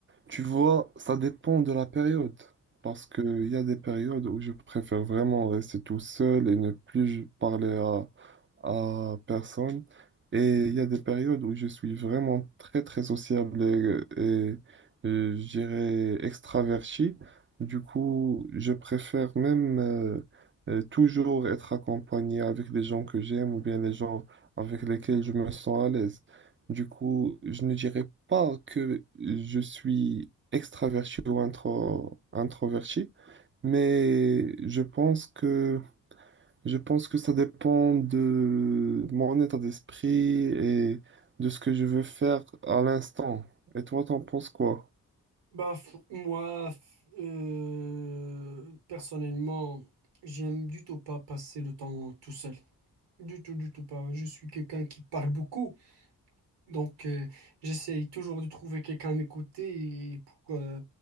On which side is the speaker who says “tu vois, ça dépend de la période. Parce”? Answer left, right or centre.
Right